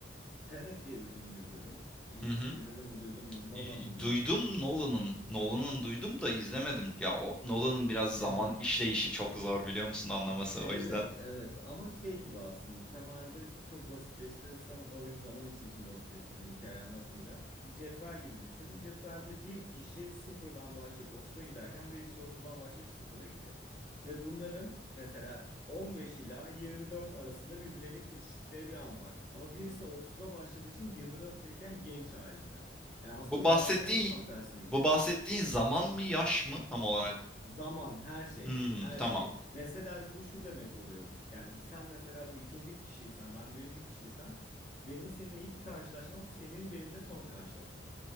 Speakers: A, on the left; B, in the centre.
A: Tenet diye bir film izledim. İz,
B: Hı hı.
A: izledim ve duydum mu? Nolan'ın
B: Y-
A: yine
B: Duydum
A: aynı şekilde.
B: Nolan'ın. Nolan'ın duydum da izlemedim. Ya o Nolan'ın biraz
A: Ya
B: zaman işleyişi çok zor biliyor musun anlaması
A: Evet,
B: o yüzden.
A: evet ama şey gibi aslında temelde çok basitleştirirsen oradaki zaman işleyişini basitleştireceğim hikayeyi anlatmayacağım. Bir cetvel gibi düşün. Cetvelde bir kişi sıfırdan başlayıp otuza giderken bir kişi otuzdan başlayıp sıfıra gidiyor. Ve bunların mesela 15 ila 24 arasında birbirleriyle kesiştikleri bir an var. Ama birisi
B: Hı hı.
A: otuzda başladığı için 24'teyken genç halinde. Yani aslında
B: Bu
A: zamanları
B: bahsettiğin
A: da tam tersine gidiyor.
B: bu bahsettiğin zaman mı yaş mı tam olarak?
A: Zaman, her şey,
B: Hmm,
A: her
B: tamam.
A: şey. Mesela bu şu demek oluyor. Yani sen mesela bu ikinci kişiysen, ben birinci kişiysem, benim seninle ilk karşılaşmam, senin benimle son karşılaşman.